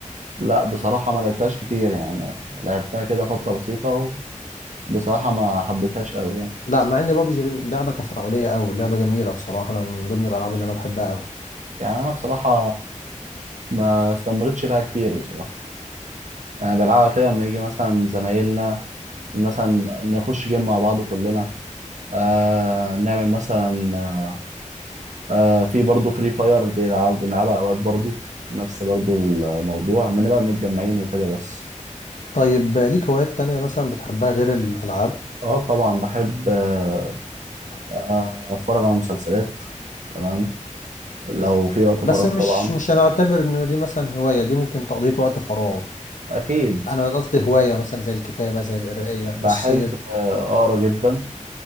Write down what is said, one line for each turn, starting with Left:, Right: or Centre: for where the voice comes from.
Right: لا بصراحه ما لعبتهاش كتير يعني لعبتها كده فتره بسيطه وبصراحه ما حبيتهاش قوي يعني
Left: لا مع ان بابجي لعبه تفاعليه قوي لعبه جميله بصراحه انا من ضمن الالعاب اللي انا بحبها قوي
Right: يعني انا بصراحه ما استمرتش فيها كتير بصراحه يعني بلعبها كده لما يجي مثلا زمايلنا مثلا نخش جيم مع بعض كلنا آه نعمل مثلا آه آه، في برضه فري فاير بيلعب بنلعبها اوقات برضه نفس برضه الموضوع بنبقى متجمعين وكده بس
Left: طيب ليك هوايات تانية مثلا بتحبها غير الالعاب
Right: اه طبعا بحب آه، آه، اتفرج على مسلسلات تمام لو في وقت
Left: بس
Right: فراغ
Left: مش
Right: طبعا
Left: مش هنعتبر ان دي مثلا هوايه دي ممكن تقضيه وقت فراغ
Right: اكيد
Left: انا قصدي هوايه مثلا زي الكتابه زي القرايه
Right: بحب
Left: الصيد
Right: آه، اقرا جدا